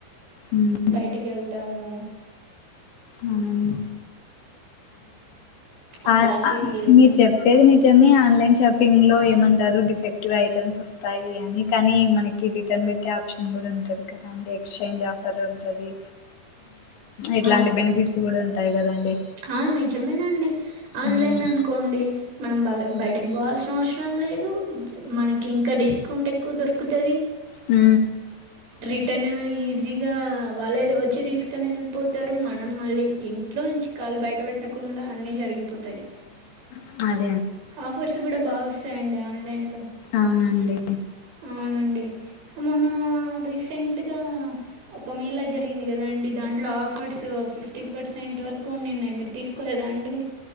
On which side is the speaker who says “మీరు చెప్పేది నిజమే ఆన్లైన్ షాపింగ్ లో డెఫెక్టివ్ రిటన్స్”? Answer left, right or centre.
Left